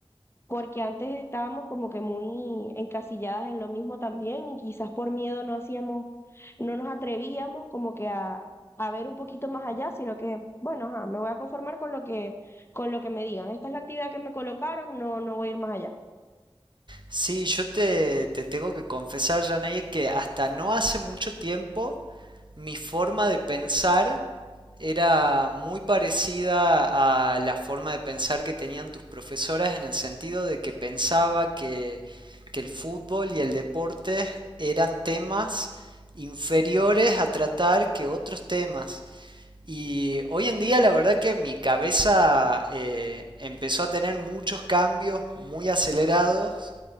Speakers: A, on the left; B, on the right.
A: porque antes estábamos como que muy encasilladas en lo mismo también y quizás por miedo no hacíamos, no nos atrevíamos como que a, a ver un poquito más allá, sino que, bueno, ajá, me voy a conformar con lo que, con lo que me digan. Esta es la actividad que me colocaron, no, no voy a ir más allá.
B: Sí, yo te, te tengo que confesar, Janey, que hasta no hace mucho tiempo mi forma de pensar era muy parecida a la forma de pensar que tenían tus profesoras en el sentido de que pensaba que, que el fútbol y el deporte eran temas inferiores a tratar que otros temas. Y hoy en día la verdad que mi cabeza eh, empezó a tener muchos cambios muy acelerados